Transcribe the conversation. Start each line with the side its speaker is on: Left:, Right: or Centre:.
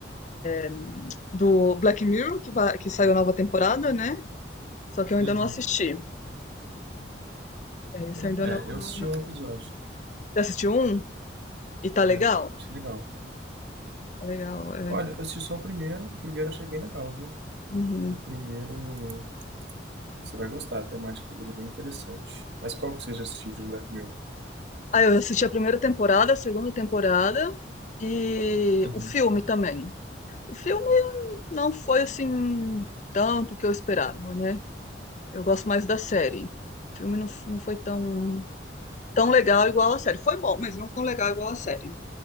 Left: em, do Black Mirror, que, vai, que saiu a nova temporada, né? Só que eu
Right: Uhum.
Left: ainda não assisti. É, Esse eu ainda
Right: É,
Left: não,
Right: eu
Left: não,
Right: assisti
Left: não.
Right: um episódio.
Left: Você assistiu um? E tá legal?
Right: É, achei legal.
Left: Tá legal, é.
Right: Olha, eu assisti só o primeiro. O primeiro achei bem legal, viu?
Left: Uhum.
Right: O primeiro você vai gostar, a temática dele é bem interessante. Mas qual que você já assistiu de Black Mirror?
Left: Ah, eu assisti a primeira temporada, a segunda temporada e
Right: Uhum.
Left: o filme também. O filme não foi assim tanto que eu esperava, né? Eu gosto mais da série. O filme não, f- não foi tão, tão legal igual a série. Foi bom, mas não tão legal igual a série.